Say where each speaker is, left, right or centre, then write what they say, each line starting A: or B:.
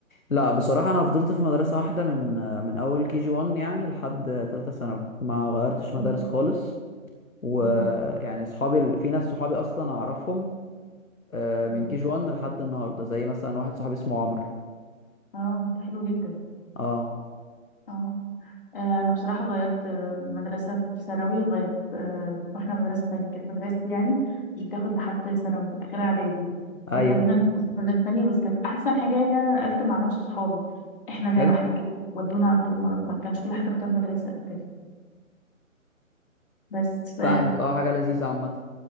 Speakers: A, on the left; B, on the left.
A: لا بصراحة انا فضلت في مدرسة واحدة من من اول كي جي 1 يعني لحد تالتة ثانوي ما غيرتش
B: حلو
A: مدارس
B: جدا
A: خالص ويعني
B: مم.
A: صحابي في ناس صحابي اصلا اعرفهم آه،
B: مم.
A: من كي جي 1 لحد النهارده زي مثلا واحد صاحبي اسمه عمرو
B: اه ده حلو جدا
A: اه
B: اه آه، انا بصراحه غيرت آه، مدرسه في ثانوي غيرت آه، رحنا مدرسه تانية كانت مدرستي يعني مش بتاخد لحد ثانوي اخرها اعدادي
A: ايوه
B: فاضطرينا نروح مدرسه تانية بس كانت احسن حاجه يعني إن انا نقلت مع نفس صحابي احنا
A: طب حلو
B: زي ما احنا كده ودونا على طول مرة. ما كانش كل حد اختار مدرسه او كده بس ف...
A: فاهمك اه حاجه لذيذه عامه